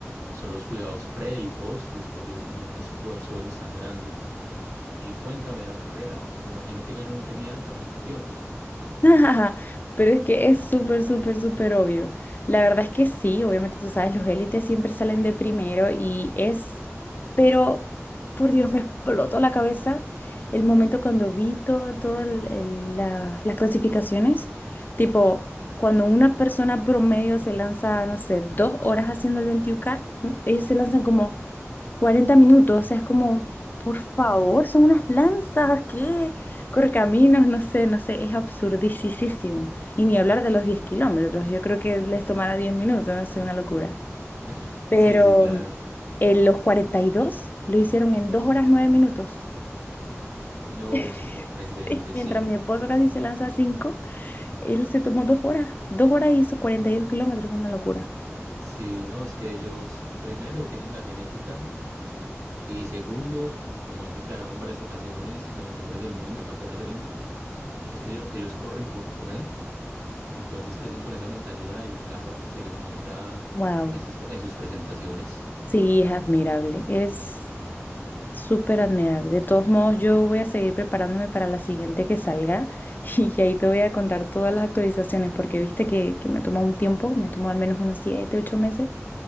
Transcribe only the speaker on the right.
son los cuidados pre y post después de un esfuerzo de esos tan grandes. Y cuéntame de la carrera. eh, Me imagino que ganó un keniata, un etíope.
<laughs>
Sí, sí, claro.
No,
eso es sorprendente,
sí.
Sí, no, es que ellos primero tienen la genética y segundo, como han declarado en varias ocasiones, los mejores del mundo, campeones olímpicos, es que ellos, ellos corren por comer Entonces crecen con esa mentalidad y claro, se les nota
en sus, en sus presentaciones.